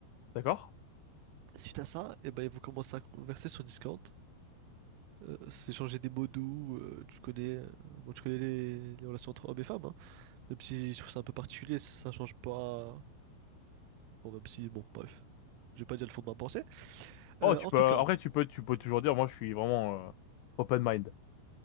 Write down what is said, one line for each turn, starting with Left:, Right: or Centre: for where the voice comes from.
Left: d'accord.
Right: Suite à ça, eh ben, ils vont commencer à converser sur Discord, euh, s'échanger des mots doux, euh, tu connais, euh, bon, tu connais les, les relations entre hommes et femmes, hein. Même si je trouve ça un peu particulier, ça change pas Bon, même si, bon, bref, je vais pas dire le fond de ma pensée. Euh,
Left: Oh, tu
Right: en
Left: peux,
Right: tout cas,
Left: après, tu peux, tu peux toujours dire, moi, je suis vraiment euh, open mind.